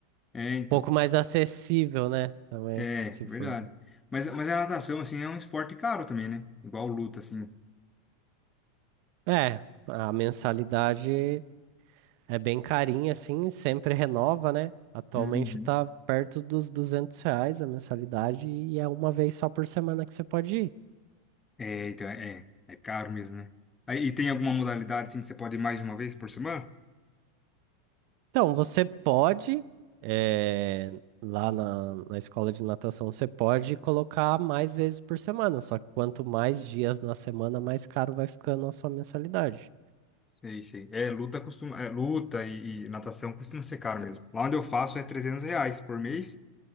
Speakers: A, on the left; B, on the right.
A: É, então.
B: Um pouco mais acessível, né? Também,
A: É,
B: se
A: verdade.
B: for.
A: Mas, mas a natação, assim, é um esporte caro também, né? Igual luta, assim.
B: É, a mensalidade. É bem carinho assim, sempre renova, né? Atualmente
A: Uhum.
B: tá perto dos 200 reais a mensalidade e é uma vez só por semana que você pode ir.
A: É, então, é, é caro mesmo, né? Aí, e tem alguma modalidade assim que você pode ir mais de uma vez por semana?
B: Então, você pode, eh, lá na, na escola de natação, você pode colocar mais vezes por semana, só que quanto mais dias na semana, mais caro vai ficando a sua mensalidade.
A: Sei, sei. É, luta costuma, é, luta e, e natação costuma ser caro mesmo. Lá onde eu faço é 300 reais por mês,